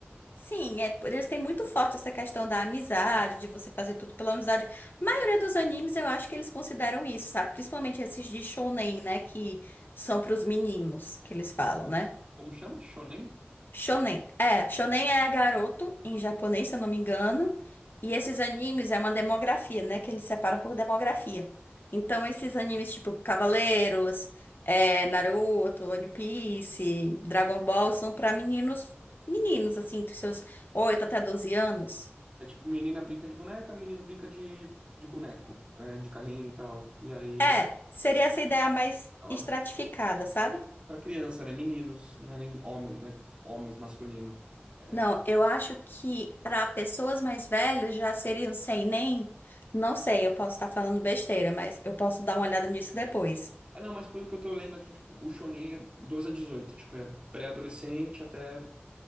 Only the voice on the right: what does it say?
Como chama? Shonen?
É tipo, menina brinca de boneca, menino brinca de, de boneco, né? De carrinho e tal. E aí,
ela,
pra criança, né? Meninos, não é nem homem, não é homens masculino. É,
é, não, mas pelo que eu tô lendo aqui, tipo, o shounen é 12 a 18, tipo, é pré-adolescente até